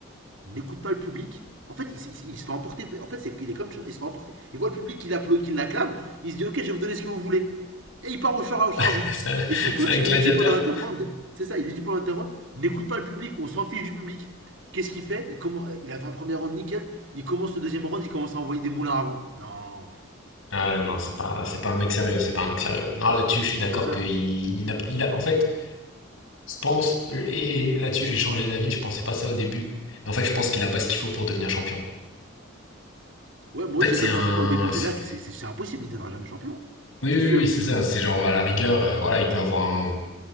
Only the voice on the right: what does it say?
n'écoute pas le public. En fait, il, il il se fait emporter. En fait, c'est, il est comme. Il se fait emporter. Il voit le public qui l'appla- qui l'acclame. Il se dit ok, je vais vous donner ce que vous voulez. Et il part au, char- au charbon.
Et son coach,
il lui dit pendant l'interround, c'est ça, il lui dit pendant l'interround, n'écoute pas le public, on s'en fiche du public. Qu'est-ce qu'il fait il, commence, il a fait un premier round nickel, il commence le deuxième round, il commence à envoyer des moulins avant. Non,
c'est ça.
Ouais, moi
aussi
je le
pensais pas au début,
mais là c'est, impossible, il deviendra jamais champion.
C'est
sûr.